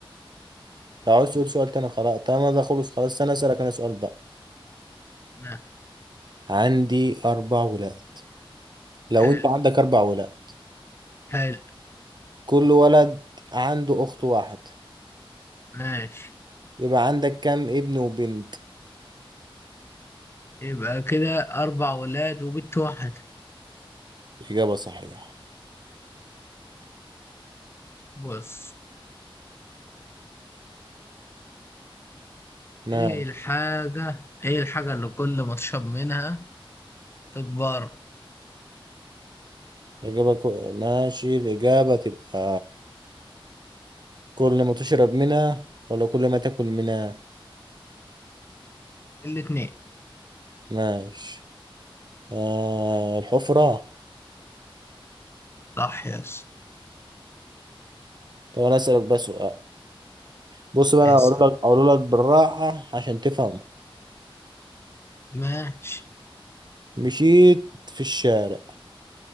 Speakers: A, on the right (about 50°); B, on the left (about 25°).
A: لو عايز تقول سؤال تاني خلاص تمام ده خلص خلاص انا اسألك انا سؤال بقى
B: ما
A: عندي أربع ولاد لو
B: حلو
A: أنت عندك أربع ولاد
B: حلو
A: كل ولد عنده أخت واحد
B: ماشي
A: يبقى عندك كام ابن وبنت
B: يبقى كده اربع ولاد وبنت واحدة
A: إجابة صحيحة
B: بص
A: ماشي
B: ايه الحاجة ايه الحاجة اللي كل ما تشرب منها تكبر
A: إجابة كو... ماشي الإجابة تبقى كل ما تشرب منها ولا كل ما تاكل منها
B: الاتنين
A: ماشي آه الحفرة
B: صح يا اسطى
A: طب أنا أسألك بس سؤال بص بقى
B: يا
A: أنا
B: اسطى.
A: هقول لك هقول لك بالراحة عشان تفهم
B: ماشي
A: مشيت في الشارع